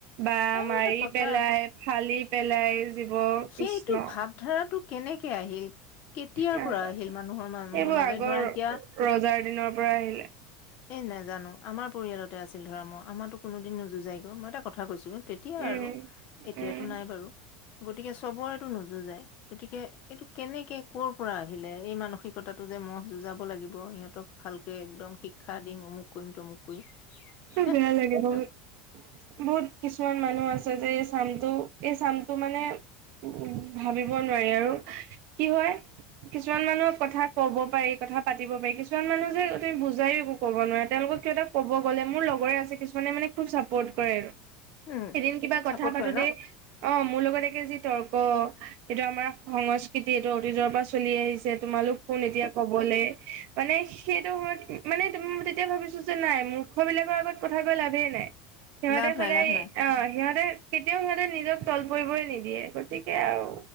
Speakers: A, on the right (about 45°); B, on the left (about 40°).
A: বা
B: আৰু
A: মাৰি
B: এটা কথা
A: পেলাই ফালি পেলাই জীৱ
B: সেইটো
A: কৃষ্ণ
B: ভাৱধাৰাটো কেনেকে আহিল কেতিয়াৰ
A: নাজানো।
B: পৰা আহিল মানুহৰ ম-মনলৈ
A: এইবোৰ আগৰ
B: ধৰা এতিয়া?
A: ৰজাৰ দিনৰ পৰা আহিলে
B: এ নেজানো আমাৰ পৰিয়ালতে আছিল ধৰা ম'হ। আমাৰো কোনোদিন নুযুজাই গৈ মই এটা কথা কৈছো। তেতিয়া
A: উম
B: আৰু এতিয়াতো
A: উম
B: নাই বাৰু গতিকে চবৰেটো নুজুযায়। গতিকে এইটো কেনেকে কৰ পৰা আহিলে? এই মানুহ টো যে ম'হ যুঁজাব লাগিব ইহঁতক ভালকে একদম শিক্ষা দিম অমুক কৰিম তমুক কৰিম হেহ
A: বেয়া লাগে
B: এইবিলাক
A: বহুত-বহুত। কিছুমান মানুহ আছে যে এই চামটো এই চামটো মানে উ-উ ভাবিব নোৱাৰি আৰু কি হয় কিছুমান মানুহক কথা কব পাৰি, কথা পাতিব পাৰি, কিছুমান মানুহ যে তুমি বুজাইও একো ক'ব নোৱাৰে তেওঁলোকক কিয় এটা ক'ব গ'লে মোৰ লগৰে আছে কিছুমানে মানে খুব চাপৰ্ট কৰে আৰু।
B: উম
A: এদিন কিবা
B: চাপৰ্ট
A: কথা পাতোতে,
B: কৰে ন
A: অ', মোৰ লগতে যি তৰ্ক, এইটো আমাৰ সংস্কৃতি এইটো অতীতৰ পৰা চলি আহিছে। তোমালোক কোন এতিয়া কবলে মানে সেইটো সময়ত মানে তম- তেতিয়া ভাবিছো যে নাই। মূৰ্খ বিলাকৰ আগত কথা কৈ লাভেই নাই সিহঁতে
B: লাভ
A: সদায়
B: নাই লাভ নাই
A: অ', সিহঁতে কেতিয়াও সিহঁতে নিজক তল পৰিবই নিদিয়ে, গতিকে আৰু